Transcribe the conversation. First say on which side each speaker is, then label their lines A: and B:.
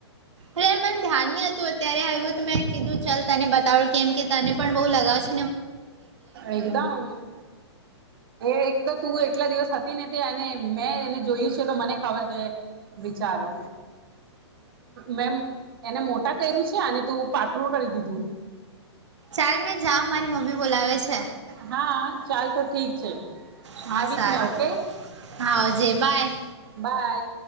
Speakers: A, on the right; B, on the right.
A: હ મને ધ્યાન નહ હતું અત્યારે આવ્યું હત મેં કીધું ચલ તને બતાવું કેમ કે. તને પણ બહુ લગા જ.
B: એકદમ એ તો તું એટલા દિવસ હતી ને ત્યા એને મેં એને જોયું છે તો મને ખબર છે. વિચારો મેમ એને મોટા કર્યું છે અનેને તું પાટળું કરી દીધું.
A: ચાલ મેં જા મારી મમ્મી બોલાવે છે
B: હા ચાલ તો ઠીક છે.
A: હા
B: આવીશ
A: સારું
B: મેં ઓકે
A: હા આવજે બાય
B: બાય